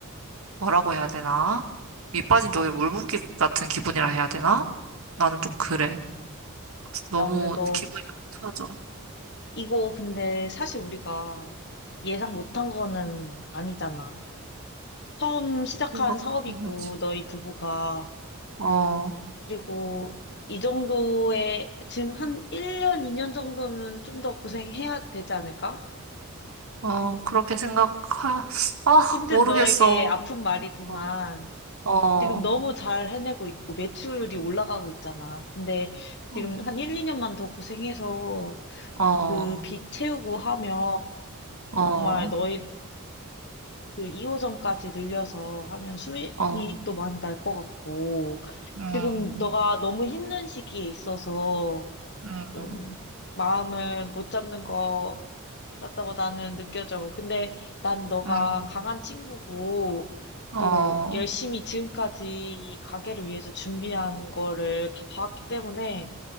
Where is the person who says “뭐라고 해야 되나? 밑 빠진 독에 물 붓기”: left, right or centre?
Right